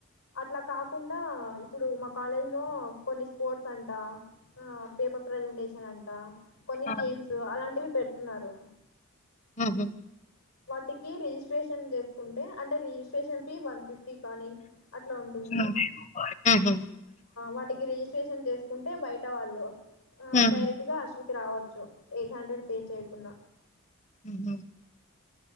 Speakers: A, on the left; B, on the left.
A: అట్లా కాకుండా ఇప్పుడు మా కాలేజ్ లో కొన్ని స్పోర్ట్స్ అంట ఆ పేపర్ ప్రజెంటేషన్ అంట కొన్ని
B: ఆ
A: గేమ్స్ అలాంటివి పెడుతున్నారు
B: ఆహ
A: వాటికి రిజిస్ట్రేషన్ చేసుకుంటే అంటే రిజిస్ట్రేషన్ ఫీ వన్ ఫిఫ్టీ అని అట్లా ఉంటుంది
B: ఉమ్, ఉహు
A: వాటికి రిజి స్ట్రేషన్ చేసుకుంటే బయట వాళ్ళు
B: ఉమ్
A: డైరెక్ట్ గా కి రావచ్చు ఎయిట్ హండ్రెడ్ పే చేయకున్నా
B: ఉమ్ హు